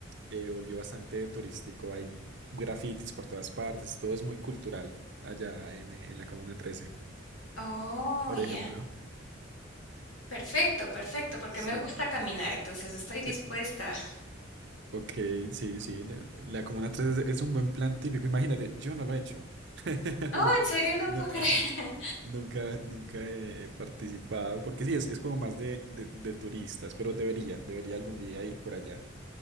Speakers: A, on the right (about 60°); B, on the left (about 75°).
A: eh, volvió bastante turístico. Hay grafitis por todas partes, todo es muy cultural allá en, eh, en la Comuna 13,
B: Oh,
A: por
B: ya.
A: ejemplo.
B: Perfecto, perfecto, porque
A: Sí.
B: me gusta caminar, entonces estoy dispuesta.
A: Te- Ok, sí, sí, la, la Comuna 13 es un buen plan típico. Imagínate, yo no lo he hecho. <laughs>
B: Oh,
A: Aún
B: en serio, no
A: no,
B: puedo <laughs> creer.
A: ajá. Nunca, nunca he, he participado, porque sí, es, es como más de, de, de turistas, pero debería, debería algún día ir por allá.